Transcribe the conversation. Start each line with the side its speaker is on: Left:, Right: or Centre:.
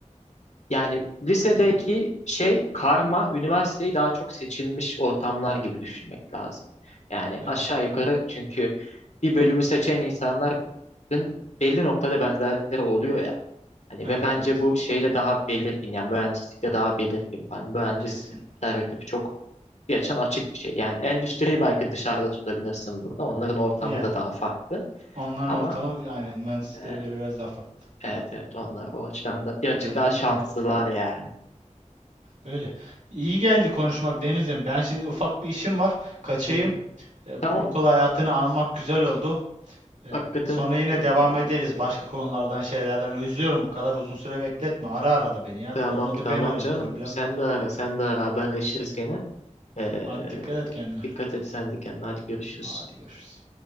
Left: yani lisedeki şey karma üniversiteyi daha çok seçilmiş ortamlar gibi düşünmek lazım. Yani
Right: Öyle
Left: aşağı
Right: öyle.
Left: yukarı çünkü bir bölümü seçen insanların belli noktada benzerlikleri oluyor ya. Hani
Right: Evet
Left: ve bence
Right: evet
Left: bu şeyde daha belirgin yani mühendislikte daha belirgin. Yani mühendis
Right: kesin.
Left: stereotipi çok bir açan açık bir şey. Yani endüstriyi belki dışarıda tutabilirsin burada. Onların ortamı
Right: Yani
Left: da daha farklı.
Right: onların
Left: Ama
Right: ortama bir- aynen mühendisliklere
Left: e,
Right: göre biraz daha farklı.
Left: evet evet onlar o açıdan da birazcık
Right: Dediğin
Left: daha şanslılar
Right: gibi öyle.
Left: yani.
Right: Öyle. İyi geldi konuşmak Deniz'im. Ben şimdi ufak bir işim var. Kaçayım.
Left: <laughs>
Right: E,
Left: Tamam.
Right: bu okul hayatını anmak güzel oldu. E,
Left: Hakikaten
Right: sonra yine
Left: eee,
Right: devam ederiz başka konulardan şeylerden. Özlüyorum bu kadar uzun süre bekletme. Ara ara da beni ya.
Left: tamam
Right: Ben- Olmadı
Left: tamam
Right: ben arayayım
Left: canım.
Right: problem
Left: Sen
Right: yok.
Left: de ara sen de ara haberleşiriz gene. Eee,
Right: Hadi dikkat et kendine.
Left: dikkat et sen de kendine. Hadi görüşürüz.
Right: Hadi görüşürüz.